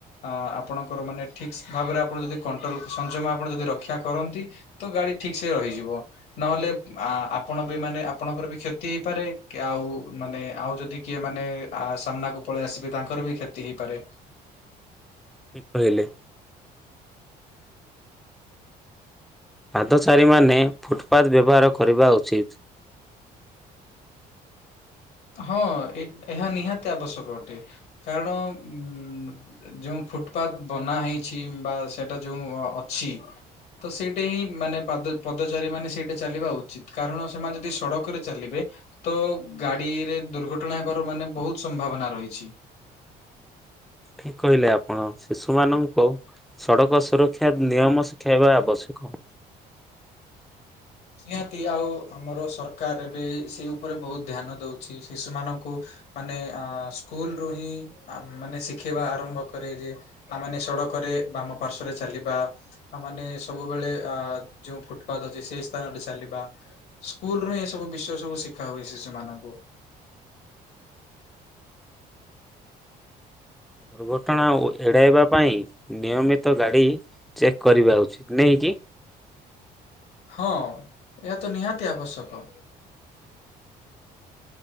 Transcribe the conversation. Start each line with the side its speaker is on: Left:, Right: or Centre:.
Left: ଆ ଆପଣଙ୍କର ମାନେ ଠିକ୍ ଭାବରେ ଆପଣ ଯଦି କଣ୍ଟ୍ରୋଲ୍ ସଂଯମ ଆପଣ ଯଦି ରକ୍ଷା କରନ୍ତି ତ ଗାଡି ଠିକ ସେ ରହିଯିବ ନହେଲେ ଆପଣ ମାନେ ଆପଣଙ୍କର ବି କ୍ଷତି ହେଇପାରେ ଆଉ ମାନେ ଆଉ ଯଦି କିଏ ମାନେ ଆ ସାମ୍ନାକୁ ପଳେଇ ଆସିବେ ତାଙ୍କର ବି କ୍ଷତି ହେଇପାରେ।
Centre: ଠିକ କହିଲେ। ପାଦଚାରୀମାନେ ଫୁଟପାଥ ବ୍ୟବହାର କରିବା ଉଚିତ୍।
Left: ହଁ ଏହା ନିହାତି ଆବଶ୍ୟକ ଅଟେ କାରଣ ଉ ଯେଉଁ ଫୁଟପାଥ ବନା ହେଇଛି ବା ସେଇଟା ଯୋଉ ଅଛି ତ ସେଇଟା ହିଁ ମାନେ ପାଦ ପଦଚାରୀ ମାନେ ସେଇଟା ଚାଲିବା ଉଚିତ କାରଣ ସେମାନେ ଯଦି ସଡ଼କରେ ଚାଲିବେ ତ ଗାଡିରେ ଦୁର୍ଘଟଣା ହେବାର ମାନେ ବହୁତ ସମ୍ଭାବନା ରହିଛି।
Centre: ଠିକ କହିଲେ ଆପଣ ଶିଶୁ ମାନଙ୍କୁ ସଡ଼କ ସୁରକ୍ଷା ନିୟମ ଶିଖାଇବା ଆବଶ୍ୟକ।
Left: ନିହାତି ଆଉ ଆମର ସରକାର ଏବେ ସେଇ ଉପରେ ବହୁତ ଧ୍ୟାନ ଦଉଛି ଶିଶୁମାନଙ୍କୁ ମାନେ ଅ ସ୍କୁଲରୁ ହିଁ ମାନେ ଶିଖେଇବା ଆରମ୍ଭ କରେ ଯେ ଆ ମାନେ ସଡ଼କରେ ବାମ ପାର୍ଶ୍ଵରେ ଚାଲିବା। ଆମେମାନେ ସବୁବେଳେ ଅ ଯୋଉ ଫୁଟପାଥ ଅଛି ସେଇ ସ୍ଥାନରେ ଚାଲିବା ସ୍କୁଲରୁ ଏ ସବୁ ବିଷୟ ସବୁ ଶିଖା ହୁଏ ଶିଶୁମାନଙ୍କୁ।
Centre: ଦୁର୍ଘଟଣା ଓ ଏଡ଼ାଇବା ପାଇଁ ନିୟମିତ ଗାଡ଼ି ଚେକ୍ କରିବା ଉଚିତ୍ ନେଇକି
Left: ହଁ ଏହା ତ ନିହାତି ଆବଶ୍ୟକ।